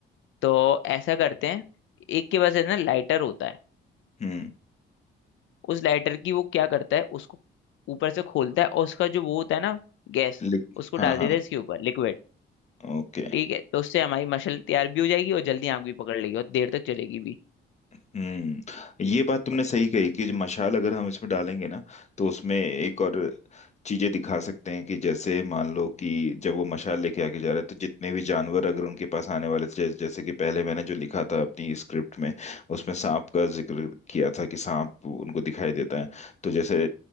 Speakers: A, on the left; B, on the left.
A: तो ऐसा करते हैं एक के पास है ना लाइटर होता है
B: हम्म,
A: उस लाइटर की वो क्या करता है उसको ऊपर से खोलता है और उसका जो वो होता है ना गैस
B: लिख
A: उसको
B: हाँ
A: डाल
B: हाँ
A: देता है इसके ऊपर लिक्विड
B: ओके
A: ठीक है तो उससे हमारी मशल तैयार भी हो जाएगी और जल्दी आग भी पकड़ लेगी और देर तक चलेगी भी
B: हम्म ये बात तुमने
A: बड़े
B: सही कही कि जो मशाल अगर हम इसमें डालेंगे ना तो उसमें एक और चीजें दिखा सकते हैं कि जैसे मान लो कि जब वो मशाल लेके आगे जा रहा है तो जितने भी जानवर अगर उनके पास आने वाले थे जैसे जैसे कि पहले मैंने जो लिखा था अपनी स्क्रिप्ट में उसमें सांप का जिक्र किया था कि सांप उनको दिखाई देता है तो जैसे